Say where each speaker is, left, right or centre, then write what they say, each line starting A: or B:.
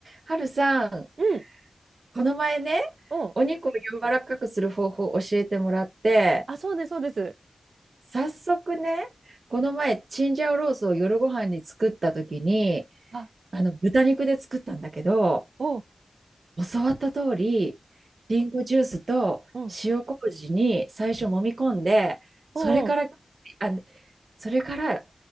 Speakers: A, on the right; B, on the right.
A: はるさん、
B: うん。
A: この前ね、
B: お
A: お肉を柔らかくする方法を教えてもらって、
B: あ、そうです、そうです。
A: 早速ね、この前、チンジャオロースを夜ご飯に作った時に、
B: あ、
A: あの豚肉で作ったんだけど、
B: おう、
A: 教わった通り、リンゴジュースと塩麹に最初揉み込んで、
B: うん。おうおう。
A: それから、あ、それから